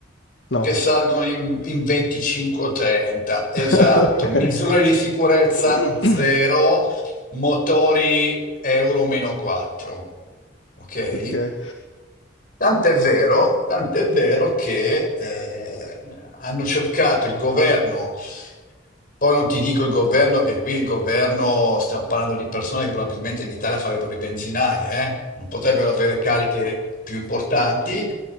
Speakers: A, on the left; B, on the left.
A: No.
B: che salgono in, in 25 o 30, esatto,
A: <laughs> Okay.
B: misure di sicurezza
A: <coughs>
B: zero, motori Euro meno 4, ok?
A: Okay.
B: Tant'è vero, tant'è vero che eh, hanno cercato il governo, poi non ti dico il governo, che qui il governo, stiamo parlando di persone che probabilmente in Italia farebbero i benzinai, eh? Non potrebbero avere cariche più importanti,